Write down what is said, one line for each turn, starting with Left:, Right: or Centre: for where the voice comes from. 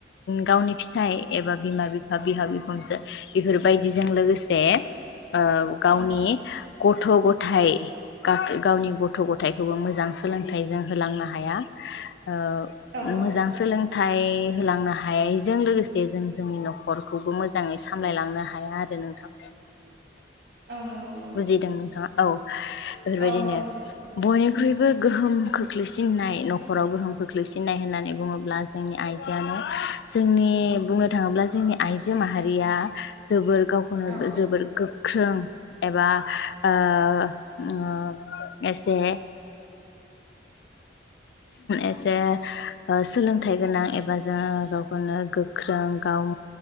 Left: गावनि फिसाय एबा बिमा बिफा बिहाव बिखुनजो बेफोर बायदि बिजों लोगोसे ओ गावनि
Right: औ
Left: गथ गथाय। गावनि गथ गथायखौबो मोजां मोजां सोलोंथाइजों होलांनो हाया। <inaudible> ओ
Right: औ
Left: मोजां सोलों सोलोंथाइ होलांनो हायैजों लोगोसे जों जोंनि नखरखौबो मोजाङै सामलायलांनो हाया आरो नोंथां।
Right: औ नंगौ नंगौ।
Left: बुजिदों नोंथाङा औ। बेफोरबायदिनो
Right: औ बुजिदों
Left: बनि ख्रुइबो गोहोम खोख्लैसिननाय नखराव गोहोम खोख्लैसिननाय होननानै बुङोब्ला जोंनि आइजोआनो जोंनि बुंनो थाङोब्ला जोंनि आइजो माहारिया जोबोर गावखौनो
Right: औ
Left: जोबोर गो ख्रों एबा ओ ओ एसे एसे ओ सोलोंथाइ गोनां एबा जों गावखौनो गोख्रों गाव